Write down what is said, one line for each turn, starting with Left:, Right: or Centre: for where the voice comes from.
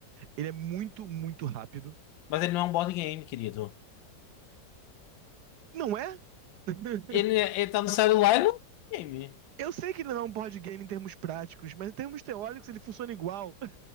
Right: Ele é muito, muito rápido.
Left: Mas ele não é um board game, querido.
Right: Não é? <laughs>
Left: Ele, ele tá no celular, ele não é um board game.
Right: Eu sei que ele não é um board game em termos práticos, mas em termos teóricos ele funciona igual.